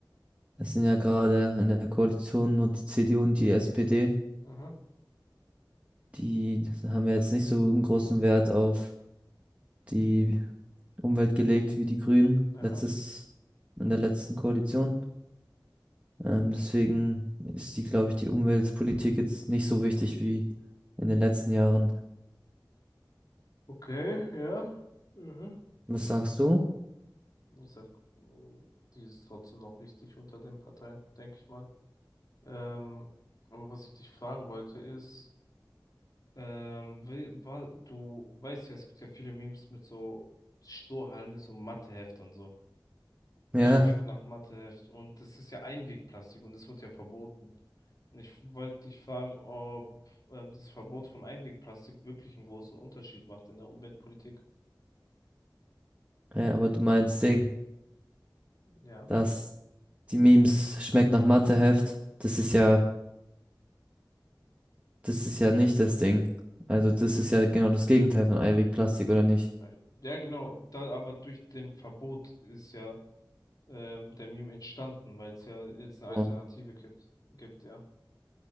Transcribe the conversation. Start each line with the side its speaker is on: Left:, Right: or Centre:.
Right: es sind ja gerade in der Koalition nur die CDU und die SPD.
Left: Mhm,
Right: Die haben ja jetzt nicht so einen großen Wert auf die Umwelt gelegt wie die Grünen
Left: aha.
Right: letztes, in der letzten Koalition. Ähm, deswegen ist die, glaube ich, die Umweltpolitik jetzt nicht so wichtig wie in den letzten Jahren.
Left: Okay, ja. Mhm.
Right: Was sagst du?
Left: Ich sag, mh, die ist trotzdem noch wichtig unter den Parteien, denke ich mal. Ähm, aber was ich dich fragen wollte ist, ähm, wie, wa, du weißt ja, es gibt ja viele Memes mit so Strohhalme, so Mathehefte und so.
Right: Ja,
Left: Die schmecken nach Matheheft. Und das ist ja Einwegplastik und das wird ja verboten. Und ich wollte dich fragen, ob ähm, das Verbot von Einwegplastik wirklich einen großen Unterschied macht in der Umweltpolitik.
Right: ja, aber du meinst Ding,
Left: Ja.
Right: dass die Memes schmeckt nach Matheheft. Das ist ja Das ist ja nicht das Ding. Also das ist ja genau das Gegenteil von Einwegplastik, oder nicht?
Left: Weil- Ja, genau. Da, aber durch den Verbot ist ja ähm, der Meme entstanden, weil es ja jetzt eine
Right: So.
Left: Alternative gibt. Gibt, ja.